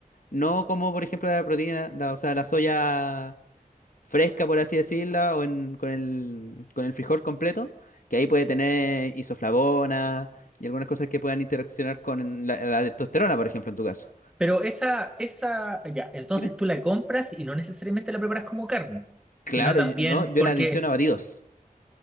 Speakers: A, on the left; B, in the centre.
A: No como, por ejemplo, la proteína, la- o sea, la soya fresca, por así decirla, o en- con el, con el frijol completo, que ahí puede tener isoflavona y algunas cosas que puedan interaccionar con la, la testosterona, por ejemplo, en tu caso.
B: Pero esa, esa, ya, entonces
A: Dime.
B: tú la compras y no necesariamente la preparas como carne,
A: Claro,
B: sino también
A: yo- no, yo
B: porque,
A: la adiciono a batidos.